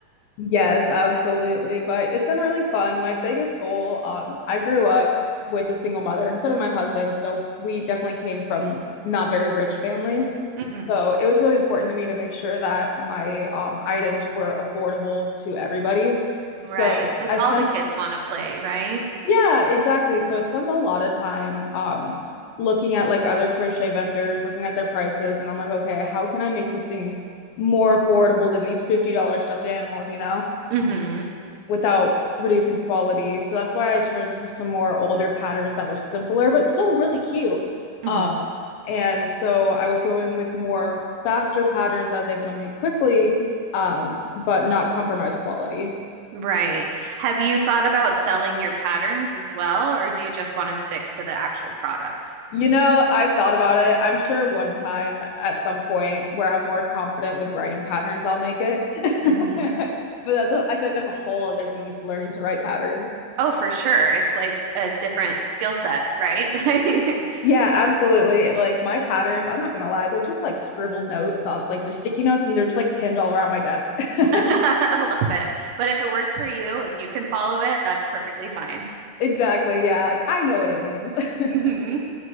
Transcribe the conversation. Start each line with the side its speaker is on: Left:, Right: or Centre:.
Left: Yes, absolutely. But it's been really fun. My biggest goal, um, I grew up with a single mother and so did my husband. So we definitely came from not very rich families.
Right: <laughs> hmm
Left: So it was really important to me to make sure that my um, items were affordable to everybody.
Right: Right.
Left: So
Right: Because
Left: I
Right: all
Left: spent
Right: the kids want to play, right?
Left: Yeah, exactly.
Right: Yeah.
Left: So I spent a lot of time um, looking at like other crochet vendors, looking at their prices, and I'm like, okay, how can I make something more affordable than these $50 stuffed animals, you know,
Right: hmm
Left: without reducing quality? So that's why I turned to some more older patterns that were simpler, but still really cute.
Right: hmm
Left: Um, and so I was going with more faster patterns I was able to make quickly, um, but not compromise quality.
Right: Right. Have you thought about selling your patterns as well, or do you just want to stick to the actual product?
Left: You know, I've thought about it. I'm sure one time at some point where I'm more confident with writing patterns, I'll make it.
Right: hmm
Left: <laughs> But that's a, I feel like that's a whole other beast learning to write patterns.
Right: Oh, for sure. It's like a different skill set, right? <laughs> I
Left: Yeah, absolutely. Like my patterns, I'm not gonna lie, they're just like scribbled notes on like they're sticky notes and they're just like pinned all around my desk. <laughs>
Right: love it. But if it works for you, if you can follow it, that's perfectly fine.
Left: Exactly. Yeah, like I know what it means. <laughs>
Right: hmm